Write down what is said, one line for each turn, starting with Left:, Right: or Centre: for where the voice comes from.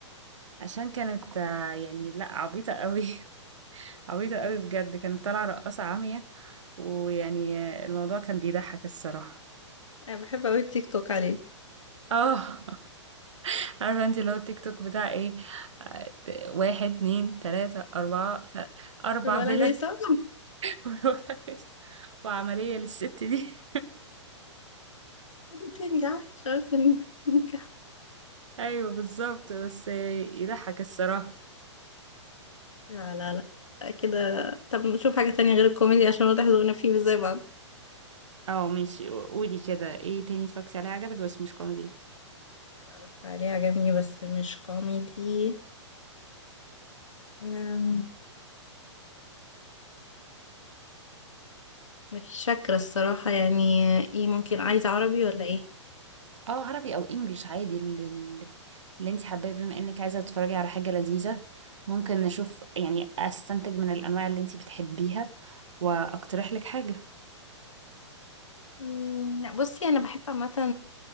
Right: عشان كانت آه، يعني لا عبيطه قوي <laughs> عبيطه قوي بجد كانت طالعه رقاصه عاميه ويعني آه، الموضوع كان بيضحك الصراحه
Left: انا بحب قوي التيك توك عليه
Right: اه <laughs> عارفه انت لو التيك توك بتاع ايه آه، واحد اتنين تلاته اربعه خ- اربع
Left: الولا
Right: فيلا
Left: هيثم <laughs>
Right: <laughs> بروتاكس وعملية للست دي
Left: ما تنجح شرط انها تنجح
Right: <laughs> ايوه بالظبط بس يضحك الصراحة
Left: لا لا لا لا كده طب نشوف حاجة تانية غير الكوميدي عشان واضح ذوقنا فيه مش زي بعض
Right: اه ماشي قولي كده ايه تاني اتفرجتي عليه عجبك بس مش كوميدي
Left: اتفرجت عليه عجبني بس مش كوميدي أم، مش فاكرة الصراحة يعني ايه ممكن عايزة عربي ولا ايه
Right: اه عربي او انجليش عادي اللي, اللي انت حباه بما انك عايزه تتفرجي على حاجه لذيذه ممكن نشوف يعني استنتج من الانواع اللي انت بتحبيها واقترح لك حاجه
Left: أم، لا، بصي انا بحب عامة